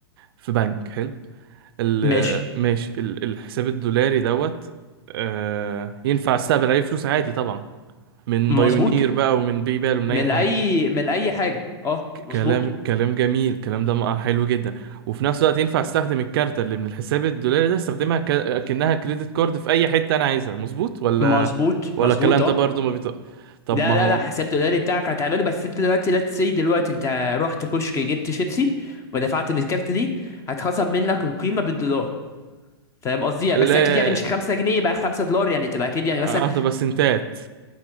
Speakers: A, on the right; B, on the left.
A: في بنك حلو ال-
B: ماشي
A: ماشي ال- الحساب الدولاري دوت آه، ينفع استقبل عليه فلوس عادي طبعا من
B: مظبوط
A: بايونير بقى ومن باي بال ومن
B: من
A: اي حاجة
B: أي من أي حاجة أه مظبوط
A: كلام كلام جميل الكلام ده مع- حلو جدا وفي نفس الوقت ينفع استخدم الكارت اللي من الحساب الدولاري ده استخدمها ك... كأنها كريدت كارد في اي حتة انا عايزها مظبوط ولا
B: مظبوط
A: ولا
B: مظبوط
A: الكلام
B: أه
A: ده برضو ما بيط... طب
B: لا
A: ما هو
B: لا لا حساب دولاري بتاعك هتعمله بس أنت دلوقتي لا تسي دلوقتي أنت رحت كشك جبت شيبسي ودفعت بالكارت دي هتخصم منك القيمة بالدولار فاهم قصدي يعني
A: لا
B: بس أكيد يعني مش 5 جنيه بقى 5 دولار يعني تبقى أكيد يعني
A: اه
B: مثلا
A: طب سنتات